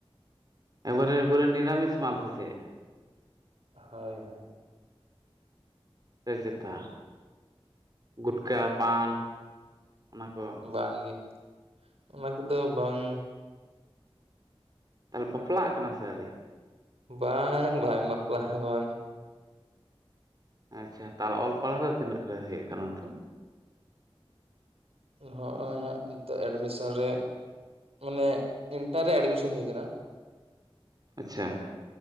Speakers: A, on the right; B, on the right.
A: ᱮᱵᱟᱨᱮ ᱯᱩᱨᱮ ᱱᱤᱨᱟᱢᱤᱥ ᱢᱟᱞ‌ᱥᱮ ᱪᱮᱜ?
B: ᱦᱳᱭ ᱦᱳᱭ
A: ᱥᱮ ᱪᱮᱛᱟ ᱜᱩᱴᱠᱟᱹ, ᱯᱟᱱ ᱚᱱᱟ ᱠᱚ᱾
B: ᱵᱟᱝ ᱜᱤ ᱚᱱᱟ ᱠᱚᱫᱚ ᱵᱟᱝ᱾
A: ᱛᱟᱞᱮ ᱵᱟᱯᱞᱟᱜ ᱠᱟᱱᱟ ᱥᱮ ᱟᱹᱨᱤ?
B: ᱵᱟᱝ ᱵᱟᱝ ᱵᱟᱯᱞᱟ ᱵᱟᱝ᱾
A: ᱟᱪᱪᱷᱟ ᱛᱟᱞ ᱚᱞ ᱯᱟᱲᱦᱟᱣ ᱫᱚ ᱛᱤᱱᱟᱹᱜ ᱨᱮ ᱦᱩᱭᱩᱜ ᱠᱟᱱᱟ ᱛᱚ᱾
B: ᱦᱚᱜᱼᱚᱭ ᱦᱟᱸᱜ ᱱᱤᱛᱚᱜ ᱮᱰᱢᱤᱥᱚᱱ ᱨᱮ ᱢᱟᱱᱮ ᱤᱱᱴᱟᱨ ᱨᱮ ᱮᱰᱢᱤᱥᱚᱱ ᱦᱩᱭ ᱠᱟᱱᱟ᱾
A: ᱟᱪᱪᱷᱟ